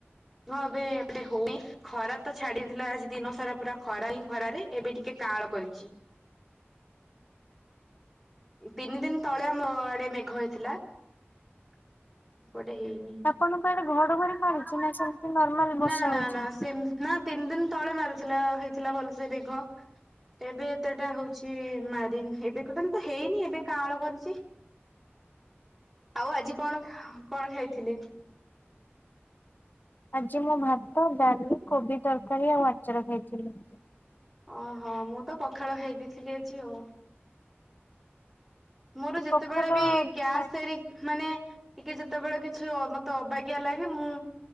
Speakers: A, in the centre; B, on the left.
A: ଏବେ ଏପଟେ ହଉନି। ଖରା ତ ଛାଡିଥିଲା ଆଜି ଦିନ ସାରା ପୁରା ଖରା ହିଁ ଖରାରେ। ଏବେ ଟିକେ କାଆଁଳ କରିଚି। ତିନି ଦିନି ତଳେ ଆମ ଆଡେ ମେଘ ହେଇଥିଲା। ଏପଟେ ହେଇନି।
B: ଆପଣଙ୍କ ଆଡେ
A: ଆପଣଙ୍କ
B: ଘଡଘଡି
A: ଆଡେ ଘଡଘଡି
B: ମାରୁଚି ନା
A: ମାରୁନି?
B: ସେମିତି ନର୍ମାଲ ବର୍ଷା
A: ନା ନା
B: ହଉଚି?
A: ନା ସେ ନା ତିନି ଦିନି ତଳେ ମାରିଥିଲା ହେଇଥିଲା ଭଲସେ ମେଘ। ଏବେ ଏତେଟା ହଉଚି ମାରିନି। ଏବେ ଟୋଟାଲି ତ ହେଇନି ଏବେ କାଆଁଳ କରିଚି। ଆଉ ଆଜି କଣ କଣ ଖାଇଥିଲେ?
B: ଆଜି ମୁଁ ଭାତ, ଡାଲି କୋବି ତରକାରୀ ଆଉ ଆଚାର ଖାଇଥିଲି।
A: ଅ ହ। ମୁଁ ତ ପଖାଳ ଖାଇ ଦେଇଥିଲି ଆଜି ଆଉ। ମୋର ଯେତେବେଳେ
B: ପଖାଳ
A: ବି ଗ୍ୟାସ୍
B: ଖାଇ
A: ହେରି ମାନେ ଟିକେ ଯେତେବେଳେ କିଛି ମତେ ଅବାଗିଆ ଲାଗେ ମୁଁ